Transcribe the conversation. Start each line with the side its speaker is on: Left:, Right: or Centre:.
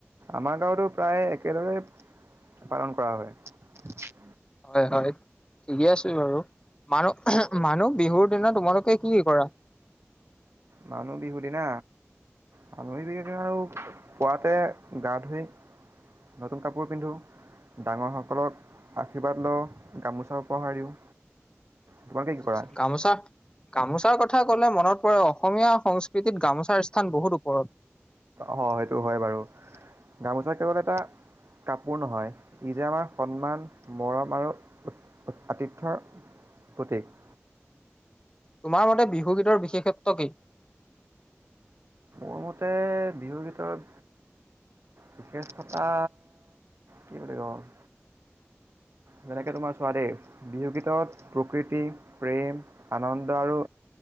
Right: আমাৰ গাঁৱতো প্ৰায় একেদৰে পালন কৰা হয়।
Left: হয়-হয়, ঠিকে আছে বাৰু মানুহ-মানুহ বিহুৰ দিনা তোমালোকে কি কৰা?
Right: মানুহ বিহুৰ দিনা, মানুহ বিহুনা আৰু পুৱাতে গা ধুই নতুন কাপোৰ পিন্ধো ডাঙৰসকলক আশীৰ্বাদ লওঁ, গামোচা উপহাৰ দিওঁ। তোমালোকে কি
Left: আচ্ছা,
Right: কৰা?
Left: গামোচা গামোচাৰ কথা কলে মনত পৰে অসমীয়া সংস্কৃতিত গামোচাৰ স্থান বহুত ওপৰত।
Right: হয়, সেইটো হয় বাৰু গামোচা কেৱল এটা কাপোৰ নহয় ই যে আমাৰ সন্মান মৰম আৰু আতিথ্যৰ প্ৰতীক।
Left: তোমাৰ মতে বিহুগীতৰ বিশেষত্ব কি?
Right: মোৰমতে বিহুগীতৰ বিশেষতা কি বুলি কম, যেনেকে তোমাৰ সোৱাদেই বিহুগীতত প্ৰকৃতি, প্ৰেম আনন্দ আৰু